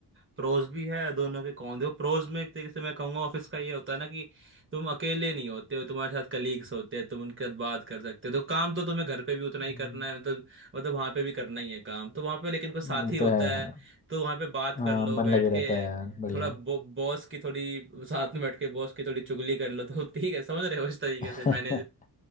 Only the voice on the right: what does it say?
प्रोज भी है दोनों के कौन देखो प्रोज में एक तरीके से मैं कहूंगा ऑफिस का ये होता है ना कि तुम अकेले नहीं होते हो तुम्हारे साथ कलीग्स होते हैं तुम उनके साथ बात कर सकते हो तो काम तो तुम्हें घर पे भी उतना
ही करना है मतलब मतलब वहां पे भी करना ही है काम तो वहां पे लेकिन कोई साथी
होता
है तो वहां पे बात
कर लो
बैठ
के
थोड़ा बो, बॉस की थोड़ी साथ में बैठ के बॉस की थोड़ी चुगली कर लो तो ठीक है समझ रहे हो इस तरीके
से मैनेज